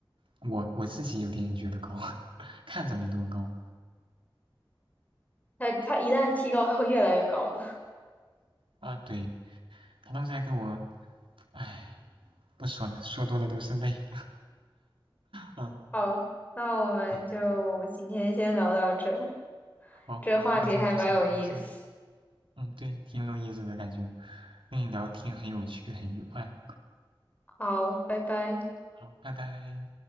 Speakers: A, on the right; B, on the left.
A: 我我自己有点觉得高，<laughs> 看着没多高
B: 它它一旦提高，它会越来越高的。
A: 啊。对，他刚才给我，唉，不说了，说多了都是泪。嗯
B: <laughs> 好，那我们就今天先聊到这儿，
A: 嗯，好，
B: 这话题还蛮有意思。
A: 那今天就先聊到这。嗯，对，挺有意思的感觉，跟你聊天很有趣，很愉快。
B: 好，拜拜。
A: 好，拜拜。